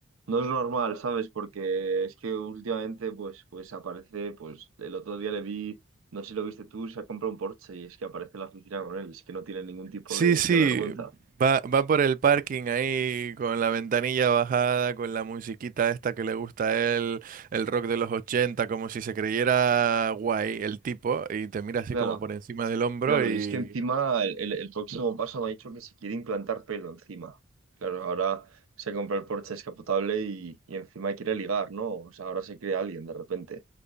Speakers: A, on the right; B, on the right.
A: no es normal, ¿sabes? Porque es que últimamente, pues, pues aparece, pues, el otro día le vi, no sé si lo viste tú, se ha comprado un Porsche y es que aparece en la oficina con él, es que no tiene ningún tipo
B: Sí,
A: de,
B: sí,
A: de vergüenza.
B: va, va por el parking ahí con la ventanilla bajada, con la musiquita esta que le gusta a él, el rock de los 80, como si se creyera guay el tipo, y te mira así
A: Claro,
B: como por encima del hombro
A: claro,
B: y...
A: y es que encima el, el- el próximo paso me ha dicho que se quiere implantar pelo encima. Claro, ahora se compra el Porsche descapotable y, y encima quiere ligar, ¿no? O sea, ahora se cree alguien de repente.